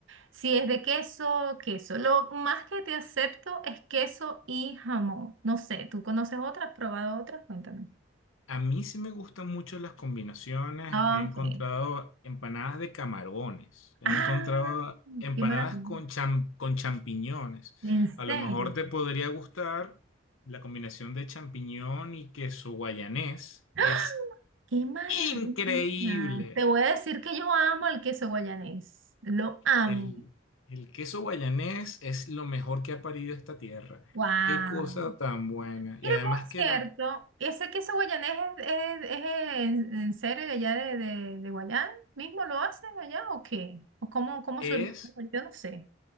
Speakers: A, on the right (about 70°); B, on the left (about 80°).
A: Si es de queso, queso. Lo más que te acepto es queso y jamón. No sé, ¿tú conoces otras? ¿Has ¿Probado otras? Cuéntame.
B: A mí sí me gustan mucho las combinaciones.
A: Ah,
B: He encontrado
A: Ok.
B: empanadas de camarones. He
A: Ah,
B: encontrado empanadas
A: qué maravilla.
B: con cham- con champiñones.
A: ¿En
B: A
A: serio?
B: lo mejor te podría gustar la combinación de champiñón y queso guayanés.
A: <gasps>
B: Es
A: ¡Qué maravilla!
B: increíble.
A: Te voy a decir que yo amo el queso guayanés. Lo amo.
B: El, el queso guayanés es lo mejor que ha parido esta tierra.
A: Wow.
B: Qué cosa tan buena. Y
A: Mira,
B: además
A: por
B: que
A: cierto,
B: la
A: ese queso guayanés es, es, es en, en serio de allá de, de, de Guayán, ¿mismo lo hacen allá o qué? ¿O cómo, cómo
B: es
A: sur- Yo no sé.